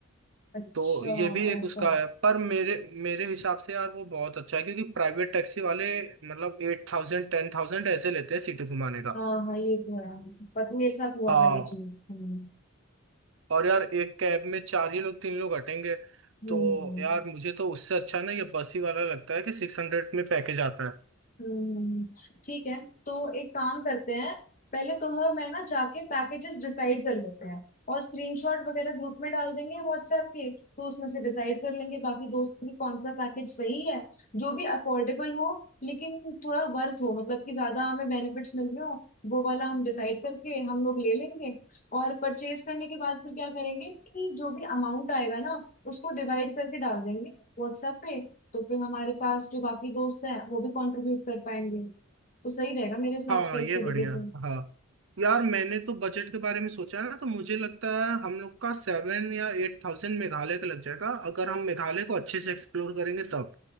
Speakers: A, on the left; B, on the right.
A: अच्छा
B: तो ये भी एक
A: ऐसा
B: उसका है पर मेरे मेरे हिसाब से यार वो बहुत अच्छा है क्योंकि प्राइवेट टैक्सी वाले मतलब एट थाउजेंड टेन थाउजेंड ऐसे लेते हैं सिटी घुमाने का
A: हाँ हाँ ये तो है पर मेरे साथ हुआ
B: हाँ
A: था ये चीज हम्म
B: और यार एक कैब में चार ही लोग तीन लोग हटेंगे
A: हम्म
B: तो यार मुझे तो उससे अच्छा ना ये बस ही वाला लगता है कि सिक्स हंड्रेड में पैकेज आता है
A: हम्म ठीक है तो एक काम करते हैं पहले तुम और मैं ना जाके पैकेजेस डिसाइड कर लेते हैं और स्क्रीनशॉट वगैरह ग्रुप में डाल देंगे व्हाट्सएप के तो उसमें से डिसाइड कर लेंगे बाकी दोस्त भी कौन सा पैकेज सही है जो भी अफोर्डेबल हो लेकिन थोड़ा वर्थ हो मतलब कि ज्यादा हमें बेनिफिट्स मिल रहे हो वो वाला हम डिसाइड करके हम लोग ले लेंगे और परचेज करने के बाद फिर क्या करेंगे कि जो भी अमाउंट आएगा ना उसको डिवाइड करके डाल देंगे व्हाट्सएप पे तो फिर हमारे पास जो बाकी दोस्त हैं वो भी कंट्रीब्यूट कर पाएंगे तो सही रहेगा मेरे हिसाब
B: हाँ
A: से इस
B: ये
A: तरीके
B: बढ़िया
A: से
B: हाँ यार मैंने तो बजट के बारे में सोचा ना तो मुझे लगता है हम लोग का सेवन या एट थाउजेंड मेघालय का लग जाएगा अगर हम मेघालय को अच्छे से एक्सप्लोर करेंगे तब